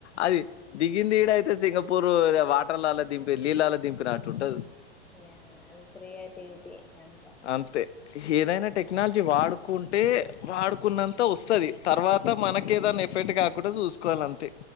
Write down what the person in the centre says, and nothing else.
ఇగ అది క్రియేటివిటీ అంత